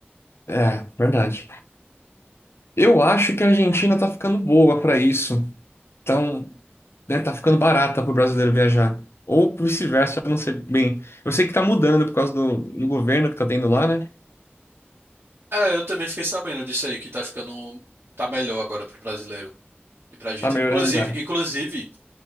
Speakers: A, on the left; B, on the right.
A: É, verdade. Eu acho que a Argentina tá ficando boa para isso. Então, né, tá ficando barata para o brasileiro viajar. Ou vice-versa, eu não sei bem. Eu sei que tá mudando por causa do, do governo que tá tendo lá, né?
B: É, eu também fiquei sabendo disso aí, que tá ficando, tá melhor agora pro brasileiro e pra Argentina.
A: Tá melhorando,
B: Inclusive,
A: né?
B: inclusive,